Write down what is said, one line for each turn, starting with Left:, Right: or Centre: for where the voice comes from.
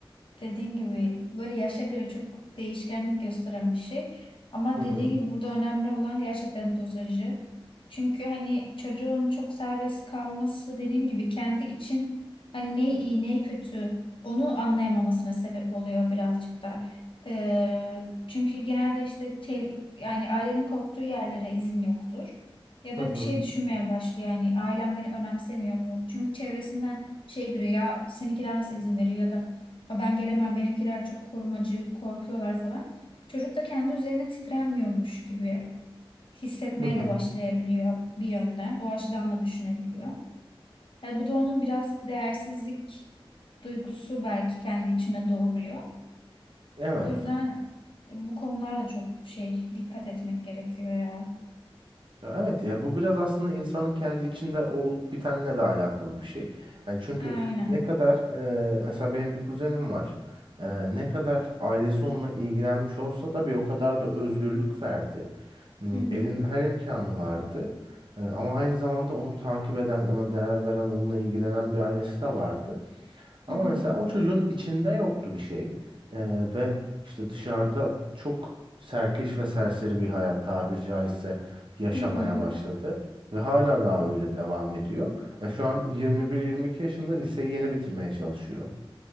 Left: dediğin gibi böyle yaşa göre çok değişkenlik gösteren bir şey. Ama
Right: Hı hı,
Left: dediğin gibi burada önemli olan gerçekten dozajı. Çünkü hani çocuğun çok serbest kalması dediğim gibi kendi için hani ne iyi ne kötü onu anlayamamasına sebep oluyor birazcık da. Ee, çünkü genelde işte tel, yani ailenin korktuğu yerlere izin yoktur. Ya da
Right: hı hı,
Left: bir şey düşünmeye başlıyor yani ailem beni önemsemiyor mu? Çünkü çevresinden şey görüyor ya seninkiler nasıl izin veriyor ya da "Aa, ben gelemem benimkiler çok korumacı korkuyorlar falan. Çocuk da kendi üzerine titrenmiyormuş gibi hissetmeye
Right: hı hı.
Left: de başlayabiliyor bir yönden. O açıdan da düşünebiliyor. Yani bu da onun biraz değersizlik duygusu belki kendi içinde doğuruyor.
Right: Evet.
Left: O yüzden bu konularda çok şey dikkat etmek gerekiyor ya.
Right: Ya evet ya bu biraz aslında insanın kendi içinde olup bitenle de alakalı bir şey. Yani çünkü
Left: Aynen.
Right: ne kadar e, mesela benim bir kuzenim var. E, ne kadar ailesi onunla ilgilenmiş olsa da bir o kadar da özgürlük verdi. Hmm,
Left: Hı hı.
Right: Elinde her imkanı vardı. Ee, Ama aynı zamanda onu takip eden, ona değer veren, onunla ilgilenen bir ailesi de vardı.
Left: Hı
Right: Ama
Left: hı.
Right: mesela o çocuğun içinde yoktu bir şey. Ee, ve işte dışarıda çok serkeş ve serseri bir hayat tabiri caizse yaşamaya
Left: Hı hı.
Right: başladı. Ve hala daha öyle devam ediyor. E, şu an 21-22 yaşında liseyi yeni bitirmeye çalışıyor.